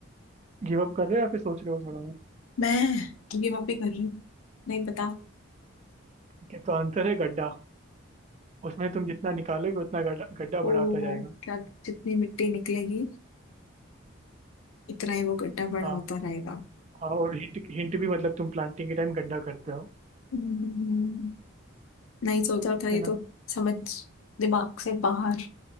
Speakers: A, on the right; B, on the left.
A: गिव अप कर रहे हो या फिर सोच रहे हो थोड़ा बहुत
B: मैं गिव अप ही कर रही हूँ नहीं पता
A: ठीक है तो आंसर है गड्ढा उसमें तुम जितना निकालोगे उतना गड्ढा गड्ढा
B: ओ
A: बड़ा होता जाएगा
B: क्या जितनी मिट्टी निकलेगी इतना ही वो गड्ढा बड़ा
A: हाँ
B: होता रहेगा
A: हाँ और हिंट हिंट भी मतलब तुम प्लांटिंग के टाइम गड्ढा करते हो
B: हम्म, नहीं सोचा था ये
A: है ना
B: तो समझ दिमाग से बाहर